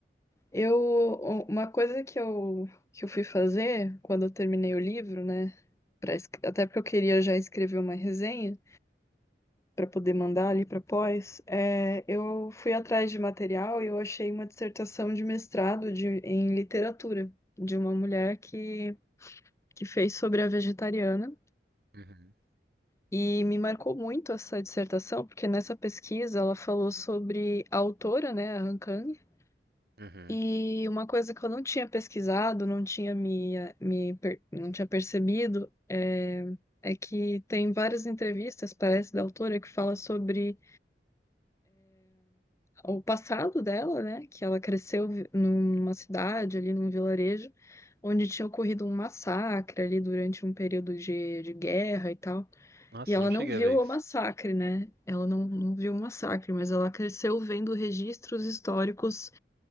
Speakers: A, on the left; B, on the right.
A: eu, uma coisa que eu, que eu fui fazer quando eu terminei o livro, né, pra, es- até porque eu queria já escrever uma resenha, para poder mandar ali para pós, é, eu fui atrás de material e eu achei uma dissertação de mestrado de, em literatura de uma mulher que, que fez sobre a vegetariana.
B: Uhum.
A: E me marcou muito essa dissertação, porque nessa pesquisa ela falou sobre a autora, né, a Han Kang,
B: Uhum.
A: e uma coisa que eu não tinha pesquisado, não tinha me, me não tinha percebido, é, é que tem várias entrevistas, parece, da autora que fala sobre o passado dela, né? Que ela cresceu vi- numa cidade, ali num vilarejo, onde tinha ocorrido um massacre ali durante um período de, de guerra e tal.
B: nossa
A: E ela
B: não cheguei
A: não viu
B: a ver
A: o
B: isso
A: massacre, né? Ela não, não viu o massacre, mas ela cresceu vendo registros históricos